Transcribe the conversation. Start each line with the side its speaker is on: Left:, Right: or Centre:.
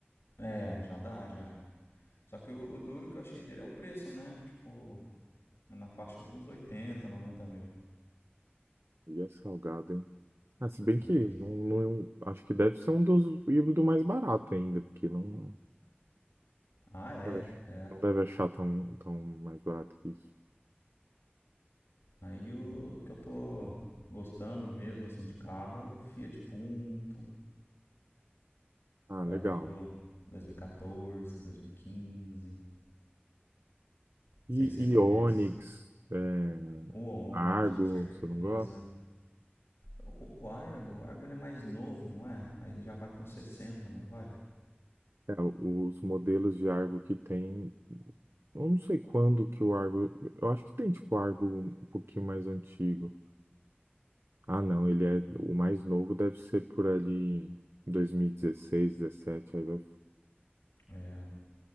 Left: É, já dá, já. Só que o, o duro que eu achei dele é o preço, né? Tipo, é na faixa de uns 80 90 mil.
Right: E é salgado, hein? Ah, se bem
Left: É
Right: que
Left: mesmo?
Right: não, não- é um, acho que deve ser um dos híbridos mais barato ainda, porque não,
Left: Ah,
Right: não
Left: é,
Right: deve, ach-
Left: é.
Right: não deve achar tão, tão mais barato que isso.
Left: Aí o, o que eu tô gostando mesmo, assim, de carro é o Fiat Punto,
Right: Ah, legal.
Left: ali pro 2014, 2015. Não
Right: E
Left: sei se você conhece.
Right: Ionix, é,
Left: O Onix,
Right: Argo,
Left: com certeza.
Right: você não gosta?
Left: O, o Argo, o Argo ele é mais novo, não é? Aí ele já vai pra uns 60, não vai?
Right: É, o- os modelos de Argo que tem. Eu não sei quando que o Argo. Eu acho que tem tipo Argo um pouquinho mais antigo. Ah, não, ele é. O mais novo deve ser por ali 2016, 17, aí vai
Left: É.